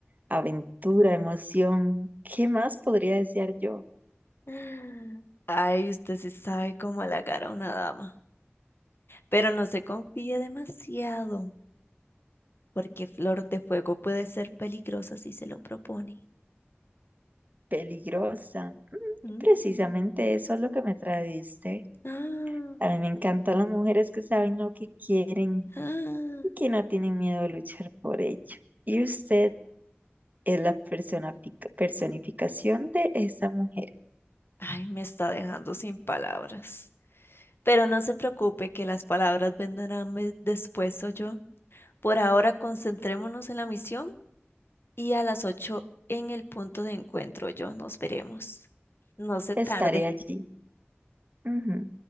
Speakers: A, on the right; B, on the left.
A: aventura, emoción. ¿Qué más podría desear yo?
B: <laughs> Ay, usted sí sabe cómo halagar a una dama, pero no se confíe demasiado, porque Flor de Fuego puede ser peligrosa si se lo propone.
A: Peligrosa.
B: Ujú.
A: Precisamente eso es lo que me tradiste.
B: Ah.
A: A mí me encantan las mujeres que saben lo que quieren
B: Ah,
A: y que no tienen miedo de luchar por ello. Y usted es la persona- personificación de esa mujer.
B: Ay, me está dejando sin palabras. Pero no se preocupe que las palabras vendrán ve- después, o yo. Por ahora concentrémonos en la misión y a las ocho en el punto de encuentro, yo. Nos veremos. No se
A: Estaré
B: tarde.
A: allí. Ujú.